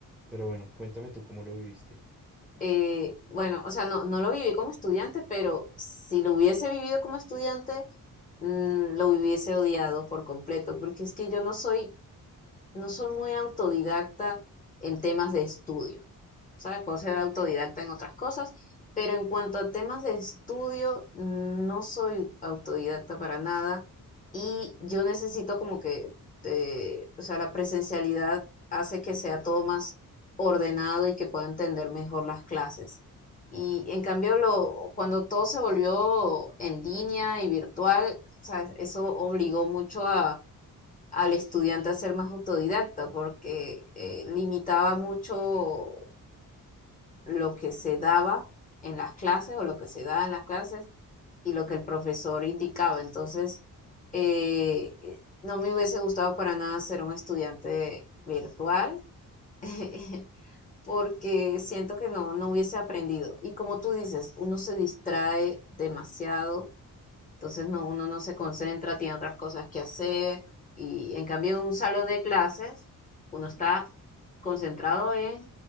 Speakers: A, in the centre; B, on the left (about 25°).
A: Pero bueno, cuéntame tú cómo lo viviste.
B: eh, bueno, o sea, no, no lo viví como estudiante, pero si lo hubiese vivido como estudiante, mm, lo hubiese odiado por completo, porque es que yo no soy, no soy muy autodidacta en temas de estudio. ¿sabes? Puedo ser autodidacta en otras cosas, pero en cuanto a temas de estudio, no soy autodidacta para nada y yo necesito como que, eh, o sea, la presencialidad hace que sea todo más ordenado y que pueda entender mejor las clases. Y en cambio, lo, cuando todo se volvió en línea y virtual, ¿sabes? eso obligó mucho a, al estudiante a ser más autodidacta porque eh, limitaba mucho lo que se daba en las clases o lo que se daba en las clases y lo que el profesor indicaba. Entonces, eh, eh, no me hubiese gustado para nada ser un estudiante virtual <laughs> porque siento que no, no hubiese aprendido. Y como tú dices, uno se distrae demasiado, entonces no, uno no se concentra, tiene otras cosas que hacer y en cambio en un salón de clases uno está concentrado en